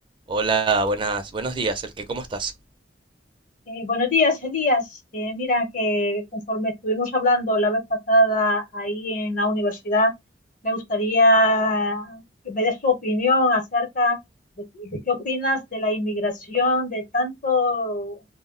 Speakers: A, on the right (about 30°); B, on the left (about 50°).
A: Hola, buenas, buenos días, el que, ¿cómo estás?
B: Eh, buenos días, Elías. Eh, mira que conforme estuvimos hablando la vez pasada ahí en la universidad, me gustaría que me des tu opinión acerca de, de qué opinas de la inmigración de tanto,